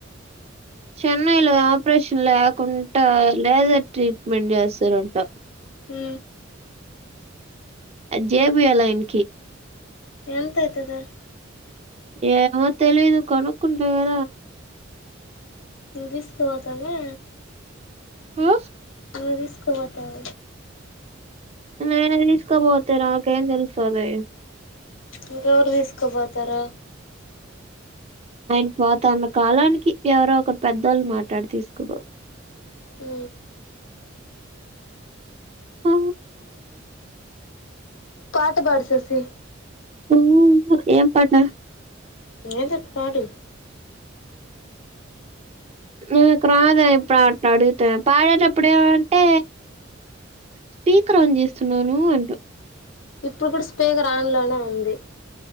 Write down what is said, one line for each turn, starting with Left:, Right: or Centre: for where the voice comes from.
Right: చెన్నై లో ఆపరేషన్ లేకుండా లేజర్ ట్రీట్మెంట్ చేస్తారంటా
Left: ఉ
Right: అ జెపియ్యాల ఆయనకి
Left: ఎంత అయితదా
Right: ఏమో తెలియదు కొనుకుంట కదా
Left: ఇ తీస్కుపోతామా
Right: ఆ
Left: నువ్వు తీసుకుపోతావా
Right: నేను తీసుకోపోతే నాకేం తెలుస్తది
Left: ఇంకెవరు తీసుకుపోతారు
Right: ఆయన పాత అన్న కాలానికి ఎవరో ఒక పెద్దోళ్ళు మాట్లాడి తీసుకు
Left: ఉ
Right: ఆ
Left: పాట పాడు శశి
Right: ఉ ఏం పాట
Left: ఏందోటి పాడు
Right: నీకు రాదే ట్లా అడుగుతా పాడేటప్పుడు ఏమంటే స్పీకర్ ఆన్ చేస్తున్నాను అంట
Left: ఇప్పుడు కూడా స్పీకర్ ఆన్ లోనే ఉంది